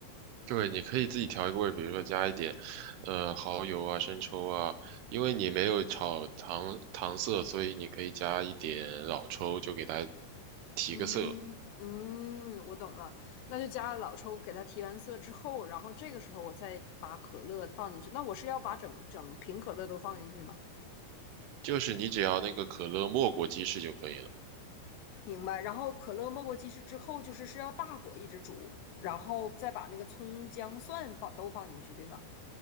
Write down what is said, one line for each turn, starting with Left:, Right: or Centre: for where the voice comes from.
Right: 对，你可以自己调一个味儿比如说加一点，呃，蚝油啊、生抽啊，因为你没有炒糖糖色，所以你可以加一点老抽，就给它提个色。
Left: 嗯嗯，我懂了，那就加老抽给它提完色之后，然后这个时候我再把可乐放进去。那我是要把整整瓶可乐都放进去吗？
Right: 就是你只要那个可乐没过鸡翅就可以了，
Left: 明白。然后可乐没过鸡翅之后，就是是要大火一直煮，然后再把那个葱姜蒜放都放进去，对吗？